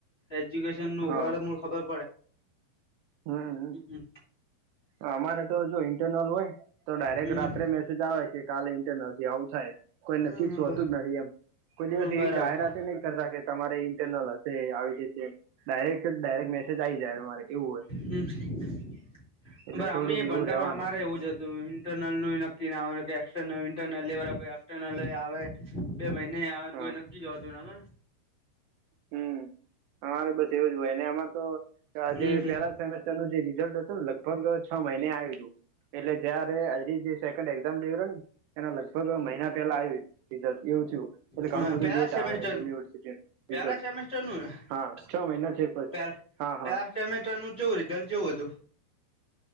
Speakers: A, on the left; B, on the right.
A: એજ્યુકેશન નું
B: હા
A: વાર મ ખબર
B: હમ
A: પડે
B: અમારે તો જો ઈન્ટરનલ હોયને તો ડાયરેક્ટ
A: હમ
B: રાત્રે મેસેજ આવે કે કાલે ઇન્ટરનલ થી આવું થાય કોઈને
A: હમ
B: ફિક્સ હોતું જ નથી એમ કોઈ દિવસ
A: હમ
B: એવી
A: બરાબર
B: જાહેરાત નહી કરતા કે તમારે ઇન્ટરનલ હશે આવી છે ડાયરેક્ટ ડાયરેક્ટ મેસેજ આ આવી જાય મારે એવું હોય
A: હમ
B: એટલે થોડુંક
A: અમે
B: એવું
A: ભણતામાં
B: રેવાનું
A: અમારે એવું જ હતું નલ નું નક્કી આવે એક્ર્નલ ઇન્ટરનલ લેવા એર્નલ આવે બે મહિને આવે
B: હા
A: કોઈકી કી જવા તું ના
B: હમ અમારે બસ એવું જ હોય ને અમાર તો
A: હમ
B: જે
A: હમ
B: પેલા સેમેસ્ટર નું જે રિઝલ્ટ હતું લગભગ છ મહિને આવ્યું હતું એટલે જયારે એની જે સેકન્ડ એક્ઝામ લઈ રહ્યો ને એના લગભગ મહિના પેલા આયુ રિઝલ્ટ એવું થયું એટલે
A: હા
B: ઘણું બધું
A: પેલા
B: લેટ
A: સેમેસ્ટર
B: આવે યુનિવર્સિટી
A: નું પેલા
B: રિઝલ્ટ
A: સેમેસ્ટર નુંને
B: હા છ
A: <unintelligible>
B: મહિના છે પછી હા હા
A: સેમેસ્ટર નું ચેવું રીજલ ચેવું હતું